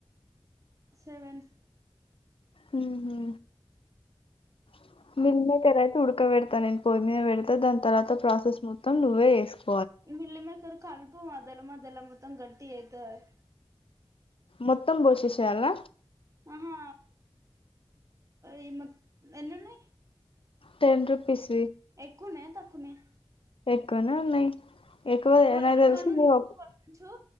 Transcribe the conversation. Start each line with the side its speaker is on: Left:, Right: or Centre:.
Right: సెవెన్
Left: మ్మ్ హూ <unintelligible> ఉుడక పెడతా నేను పొయ్యి మీద పెడతా దాని తర్వాత ప్రాసెస్ మొత్తం నువ్వే వేసుకో
Right: మీల్ మేకర్ కలుపు మధ్యలో మధ్యలో మొత్తం గట్టిగా అయితది
Left: మొత్తం పోసేసి ఏయల
Right: ఆహా ఈ మ ఎన్నున్నాయి
Left: టెన్ రుపీస్
Right: ఎక్కువున్నాయా తక్కువున్నాయా
Left: ఎక్కువనే ఉన్నాయి ఎక్కువ
Right: కొన్ని
Left: నాకు తెలిసి
Right: కొన్నించ
Left: నీ ఒక్-
Right: కొన్నించు